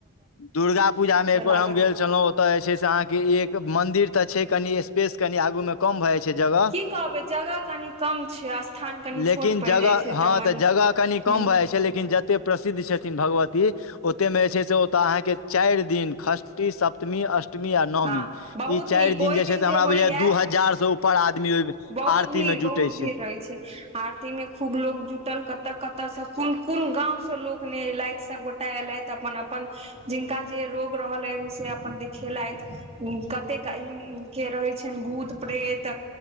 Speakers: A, on the left; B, on the right.
A: दुर्गा पूजामे एक बेर
B: लागत
A: हम गेल छलहुँ ओत जे छै से अहाँके एक मंदिर तऽ छै कनि स्पेस कनि आगू मे कम भऽ जाइ छै जगह
B: की कहबै जगह कनि कम छै स्थान कनि
A: लेकिन
B: छोट पड़ि
A: जगह
B: जाइ छै तऽ मन
A: कम भए जाइ छै लेकिन जते प्रसिद्ध छथिन भगवती ओते मे जे छै होता अहाँके चारि दिन षष्ठी सप्तमी अष्टम अठमी आ नवमी
B: हँ बहुत
A: ईश चारि
B: नीक
A: दिन
B: ओहि
A: जे छै से हमरा
B: होइया
A: बुझाय यै दू हजार से ऊपर आदमी
B: बहुत
A: आरती
B: भीड़
A: मे जुटै
B: बहुत भीड़ रहै छै आरती में खूब लोग जुटल कत कत से कोन कोन गांव से लोक न एलथि सब गोटा एलथ‌ अपन अपन जिनका जे रोग रहल ह से अपन देखेलथ कते के रहै छनि भूत प्रेत